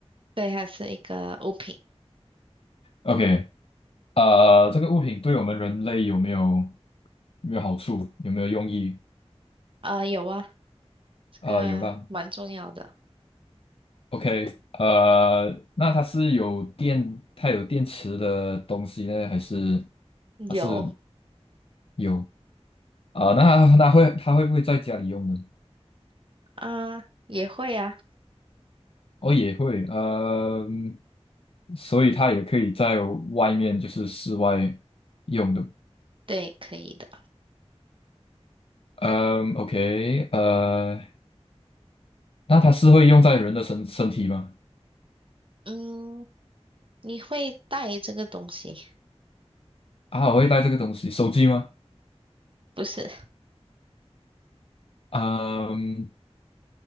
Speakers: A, on the right; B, on the left.
A: 对，还是一个物品。
B: ？OK，呃，这个物品对我们人类有没有有没有好处？有没有用意？
A: 啊、有啊，这个蛮重要的。
B: 呃，有啦。OK，呃，那它是有电，它有电池的东西呢，还是
A: 有
B: 它是有啊，那那会他会不会在家里用呢？
A: 啊、也会啊，
B: 哦，也会，嗯，所以它也可以在外面，就是室外用的。
A: 对，可以的。
B: 嗯，OK，呃，那它是会用在人的身身体吗？
A: 嗯，你会带这个东西？
B: 啊，我会带这个东西，手机吗？
A: 不是，
B: 嗯，